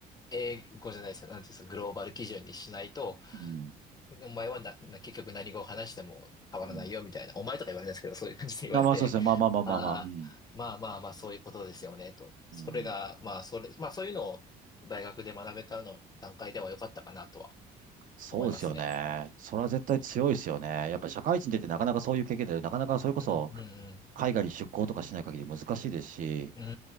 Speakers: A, on the left; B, on the right.
A: 英語じゃないですか。なんていうんですか、グローバル基準にしないと、
B: うん。
A: お前はな、な結局何語を話しても変わらないよみたいな、
B: うん
A: お前とか言われないですけど、そういう感じで言われて、
B: まあ、まあそうですね。まあまあまあまあまあ、
A: ああ、
B: うん。
A: まあまあまあ、そういうことですよね、と。
B: うん。
A: それが、まあ、それ、まあそういうのを大学で学べたの段階では良かったかなとは
B: そうですよね。
A: 思いますね。
B: それは絶対強いですよね。やっぱり社会人出てなかなかそういう経験で、なかなかそれこそ
A: うんうん
B: 海外に出向とかしない限り難しいですし、
A: うん。うん